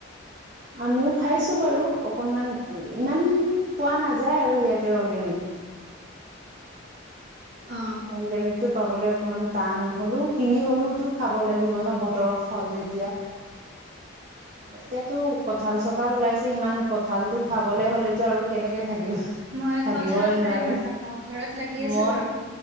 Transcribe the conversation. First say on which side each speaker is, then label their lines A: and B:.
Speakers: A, on the right; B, on the right.
A: আমিও খাইছোঁ বাৰু অকনমান ইমান পোৱা নাযায়, আৰু ইয়াতে অৰ্গেনিক।
B: অ
A: অৰ্গেনিকটো পাবলে অকমান টান হ'লেও কিনি হ'লেওতো খাব লাগিব ন' বতৰৰ ফল যেতিয়া। এতিয়াতো কঁঠাল, চটাল ওলাইছে ইমান কঁঠালটো খাবলে হ'লেতো আৰু কেনেকে থাকি
B: মই
A: থাকিবই
B: কঁঠাল খাই
A: নোৱাৰিম
B: ভাল নাপাওঁ ঘৰত লাগি আছে
A: মই
B: বাৰু।